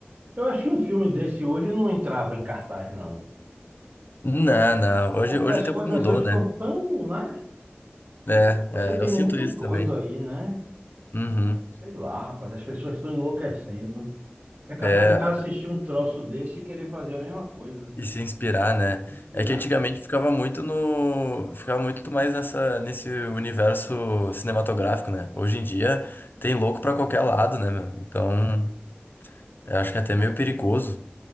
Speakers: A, on the right (about 50°); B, on the left (about 55°).
A: Eu acho que um filme desse hoje não entrava em cartaz, não.
B: Não, não, hoje,
A: Porque
B: hoje
A: as
B: o tempo
A: coisas
B: mudou,
A: hoje estão
B: né?
A: tão, né?
B: É,
A: Hoje você tem
B: é, eu sinto
A: muito
B: isso
A: doido
B: também.
A: aí, né?
B: Uhum.
A: Sei lá, rapaz, as pessoas estão enlouquecendo. É capaz
B: É,
A: do cara assistir um troço desse e querer fazer a mesma coisa.
B: E se inspirar, né?
A: Se Inspirar,
B: É que antigamente
A: né?
B: ficava muito no, ficava muito mais nessa nesse universo cinematográfico, né? Hoje em dia tem louco pra qualquer lado, né, meu? Então, eu acho que é até meio perigoso,